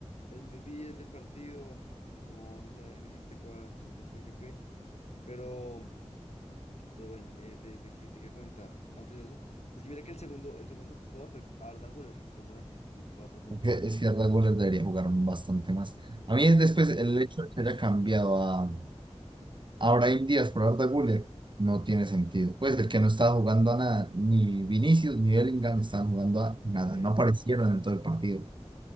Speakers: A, on the left (about 70°); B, on the right (about 45°).
A: el MVP del partido, no, no sabía bien decirte cuál, quién, quién fue, quién fue, pero, pero bueno, eh, te, te, que- te quería comentar antes de eso, pues que mira que el segundo, el segundo jugador fue Arda Güler, justamente, con cuatro punto
B: Es que
A: uno
B: es que a Red debería jugar bastante más. A mí después
A: Sí,
B: el hecho de que haya cambiado a, a Brahim Díaz por Arda Güler no tiene sentido. Pues el que no estaba jugando a nada, ni Vinicius ni Bellingham estaban jugando a nada.
A: ok.
B: No aparecieron en todo el partido.